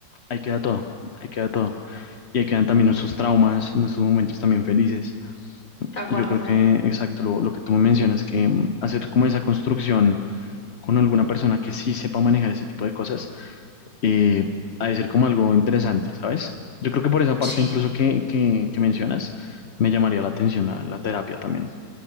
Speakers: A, on the left (about 50°); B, on the left (about 20°).
A: ahí queda todo, ahí queda todo. Y ahí quedan también nuestros traumas, nuestros momentos también felices.
B: Tal
A: Y
B: cual.
A: yo creo que, exacto, lo, lo que tú me mencionas, que mm, hacer como esa construcción con alguna persona que sí sepa manejar ese tipo de cosas, eh, ha de ser como algo interesante, ¿sabes? Yo creo que por esa parte
B: Sí,
A: incluso que, que, que mencionas, me llamaría la atención la, la terapia también.